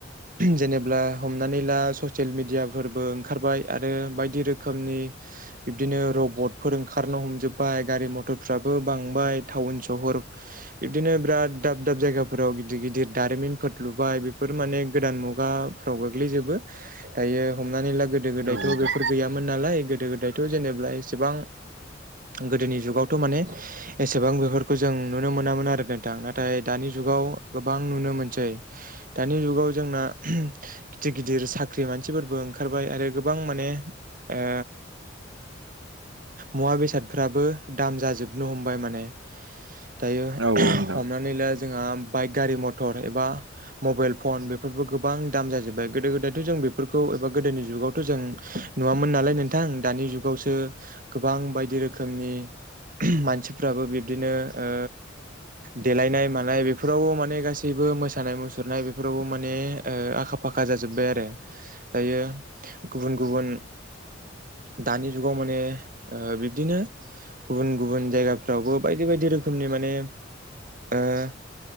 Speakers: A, on the right; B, on the right.
A: जेनेब्ला हमनानै ला सशियेल मि दियाफोरबो ओंखारबाय आरो बायदि रो खोमनि बिबदिनो रबटफोर ओंखारनो हमजोबबाय गारि मथरफ्राबो बांबाय थाव उन शहर बिबदिनो बिराद दाब दाब जायगाफोराव गिदिर गिदिर दारिमिनफोर लुबाय बेफोर माने गोदान मुगाफ्राव गोग्लैजोबो दायो हमनानै ला गोदो गोदायथ'
B: औ नोंथां
A: बेफोर
B: औ नोंथां औ नोंथां
A: गैया मोन नालाय गोदो गोदायथ' जेनेब्ला एसेबां गोदोनि जुगावथ' माने एसेबां बेफोरखौ जों नुनो मोनामोन आरो नोंथां नाथाय दानि जु जुगाव गोबां नुनो मोनसै दानि जुगाव जोंना गिदिर गिदिर साख्रि मा मानसिफोरबो ओंखारबाय आरो गोबां माने ओ मुवा बेसादफ्राबो दाम जाजोबनो हमबाय माने दायो
B: औ औ नोंथां
A: हमनानै
B: औ
A: ला जोंहा बाइक गारि मथर एबा मबाइल फन बेफोरबो गोबां दाम जाजोब्बाय गोदो गोदायथ' जों बेफोरखौ एबा गोदोनि जुगावथ' जों नुवा मोन नालाय नोंथां दानि जुगावसो गोबां बायदि रोखोमनि मानसिफ्राबो बिब्दिनो ओ देलायनाय मानाय बेफोरावबो माने गासै बो मोसानाय मुसुरनाय बेफोरावबो माने ओ आखा फाखा जाजोब्बाय आरो दायो गुबुन गुबुन दानि जुगाव माने ओ बिब्दिनो गुबुन गुबुन जायगाफ्रावबो बायदि बायदि रोखोमनि माने ओ